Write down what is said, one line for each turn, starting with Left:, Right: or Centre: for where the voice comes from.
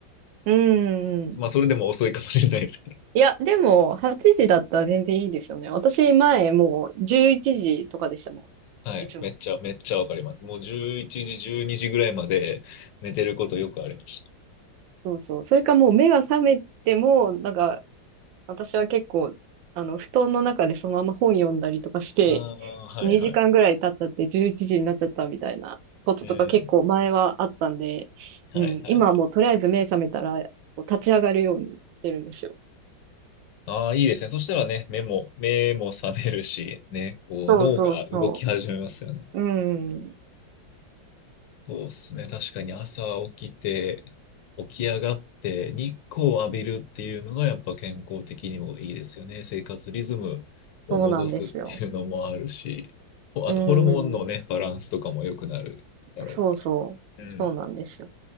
Right: うんうん。
Left: まあ、それでも遅いかもしれないです
Right: いや、でも、8時だったら全然いいですよね。私、前、もう、11時とかでしたも
Left: はい。
Right: ん。いつも。
Left: めっちゃ、めっちゃわかります。もう11時、12時ぐらいまで寝てることよくありまし
Right: そうそう。それかもう、目が覚めても、なんか、私は結構、あの、布団の中でそのまま本読んだりとかして、
Left: た。ああ、はいはい。
Right: 2時間ぐらい経っちゃって11時になっちゃったみたいなこととか結構前はあったんで、
Left: うん。はいはいはい。
Right: うん、今はもうとりあえず目覚めたら、こう立ち上がるようにしてるんですよ。
Left: ああ、いいですね。そしたらね、目も、目も覚めるし、ね、こう脳が動き始めますよね。
Right: そうそうそう。うん、
Left: そうっすね。確かに朝起きて、起き上がって日光を浴びるっていうのがやっぱ健康的にもいいですよね。生活リズムを戻すっていうのもあるし、
Right: そうなんですよ。
Left: ほあとホルモンのね、
Right: うん。
Left: バランスとかも良くなるだろうから。
Right: そうそう。
Left: うん。
Right: そうなんですよ。